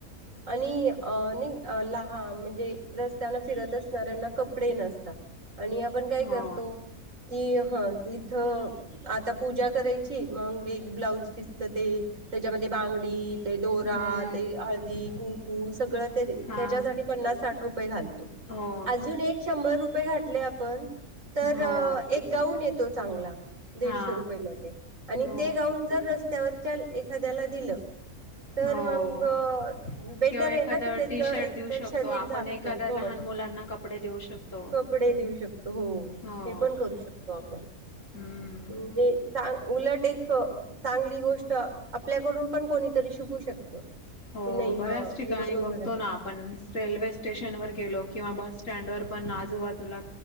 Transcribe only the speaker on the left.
हो
हम्म
हा
हो.
हो
हा
हो
हो
किंवा एखादं
टी शर्ट
देऊ
शकतो
आपण
एखाद्या
लहान मुलांना कपडे देऊ शकतो
हो
हम्म
हो
बऱ्याच
ठिकाणी
बघतो
ना आपण रेल्वे स्टेशन वर गेलो किंवा बस स्टँड वर पण आजुबाजुला